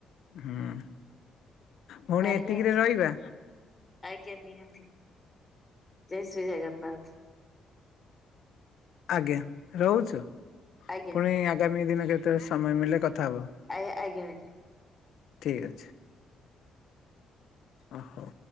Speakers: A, on the left (about 75°); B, on the left (about 20°).
A: ହୁଁ। ଭଉଣୀ
B: କାଳିଘାଟ
A: ଏତିକିରେ ରହିବା
B: ଆଜ୍ଞା ନିହାତି। ଜୟ ଶ୍ରୀ ଜଗନ୍ନାଥ।
A: ଆଜ୍ଞା ରହୁଛୁ
B: ଆଜ୍ଞା
A: ପୁଣି ଆଗାମୀ ଦିନରେ ସମୟ ମିଳିଲେ କଥା ହେବ।
B: ଆଜ୍ଞା ଆଜ୍ଞା <inaudible>
A: ଠିକ୍ ଅଛି। ଓହୋ।